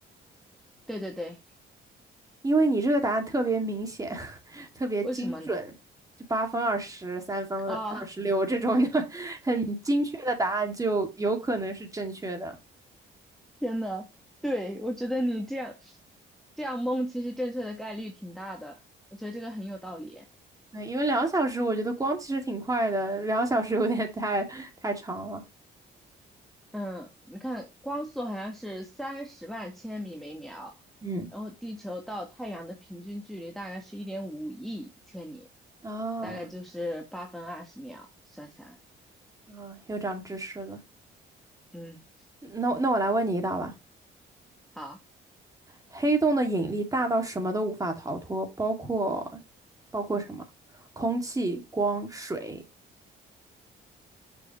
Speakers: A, in the centre; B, on the right.
A: 对对对，
B: 因为你这个答案特别明显，<laughs> 特别精准，
A: 为什么呢？
B: 就八分、二十三分、
A: 啊？
B: 二十六这种 <laughs> 很精确的答案，就有可能是正确的。
A: 天呐，对，我觉得你这样这样蒙，其实正确的概率挺大的，我觉得这个很有道理。
B: 对，因为两小时我觉得光其实挺快的，两小时有点太太长了。
A: 嗯，你看光速好像是三十万千米每秒，
B: 嗯，
A: 然后地球到太阳的平均距离大概是一点五亿千米，
B: 啊
A: 大概就是八分二十秒，算下来，
B: 啊，又长知识了。
A: 嗯，
B: 那那我来问你一道吧，
A: 好，
B: 黑洞的引力大到什么都无法逃脱，包括包括什么？空气、光、水、